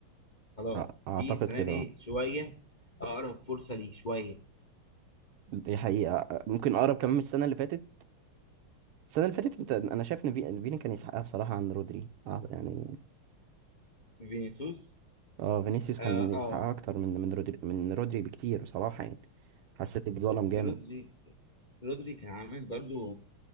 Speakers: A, on the left; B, on the right.
A: خلاص
B: أ- اعتقد
A: دي السنه
B: كده
A: دي
B: آه.
A: شويه اقرب فرصه ليه شويه
B: دي حقيقة أ- ممكن اقرب كمان من السنة اللي فاتت السنة اللي فاتت انت انا شايف ان في- فيني كان يسحقها بصراحة عن رودري أع- يعني
A: فينيسيوس
B: اه فينيسيوس كان
A: اه,
B: يستحق
A: آه
B: اكتر من من رودري من رودري بكتير بصراحه يعني حسيت بظلم
A: بس
B: جامد
A: رودري رودري كان عامل برضو